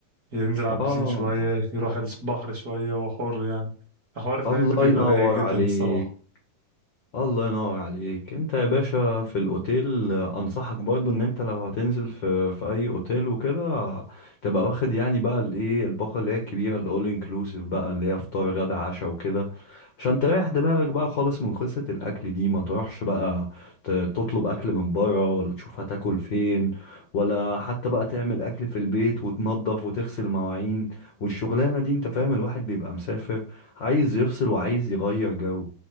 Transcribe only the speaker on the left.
اه
الله
ينور
عليك
الله ينور عليك انت يا باشا في الاوتيل آه، انصحك برضو ان انت لو هتنزل في في اي اوتيل وكده تبقى واخد يعني بقى الايه الباقه اللي هي الكبيره الاول انكلوسيف بقى اللي هي فطار غدا عشاء وكده عشان تريح دماغك بقى خالص من قصه الاكل دي ما تروحش بقى ت- تطلب اكل من بره ولا تشوف هتاكل فين ولا حتى بقى تعمل اكل في البيت وتنظف وتغسل مواعين والشغلانه دي انت فاهم الواحد بيبقى مسافر عايز يفصل وعايز يغير جو